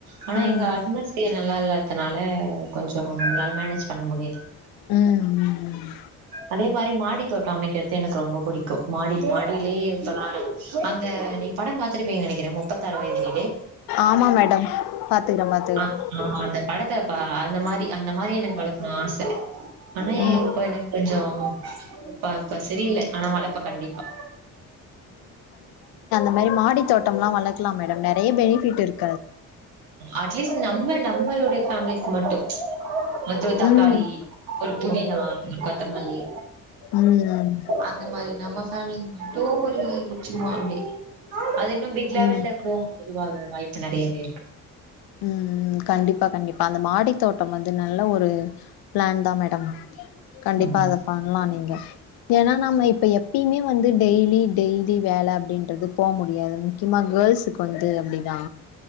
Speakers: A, on the right; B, on the left.
A: ஆனா
B: ம் ம்
A: எங்க அட்மோஸ்பியர். நல்லா இல்லத்தனால கொஞ்ச நம்மளால மேனேஜ் பண்ண முடியு
B: ம் ம்
A: அதே மாரி மாடி தோட் சமைக்கிறது எனக்கு ரொம்ப புடிக்கு. மாடிக் மாடிலே. <unintelligible> அந்த நீ படம் பாத்திருப்பீங்க நெனை. முப்பத்து ஆறு வயதினிலே
B: ஆமா மேடம் பாத்துக்குறோ பாத்துக்குறோ
A: ஆ அந்த படத்த. அ அந்த மாரி அந்த மாரி எனக்கு வளக்குணு ஆச ஆனா
B: ம்
A: இப்ப எனக்கு கொஞ்சோ பாப்ப செரியில்ல ஆனா வளப்ப கண்டிப்பா
B: இந் மாரி மாடி தோட்டம்ல்லா வளக்குலா மேடம் நெறைய பெனிஃபிட் இருக்
A: அட்லீஸ்ட் நம்ம நம்மளோடைய ஃபேம்லிக் மட்டு மொத்தோ தக்காளி
B: ம்
A: ஒரு புதினா ம் கொத்தமல்லி
B: ம்
A: அந்த மாரி நம்ம ஃபேமிலிக்கு மட்டு ஒரு சும்மா அப்டி அது இன்னும் பிக் லெவல்ல
B: ம்
A: க்ரோ பொதுவாக வாய்ப்பு நெறையாவே இருக்
B: ம் ம் கண்டிப்பா கண்டிப்பா அந்த மாடி தோட்டம் வந்து நல்ல ஒரு பிளான் தா மேடம் கண்டிப்பா
A: ம்
B: அத பண்லா நீங்க ஏன்னா நம்ம இப்ப எப்பயுமே வந்து டெய்லி டெய்லி வேல அப்டின்றது போ முடியாது முக்கியமா கேரல்சுக்கு வந்து அப்பிடிதா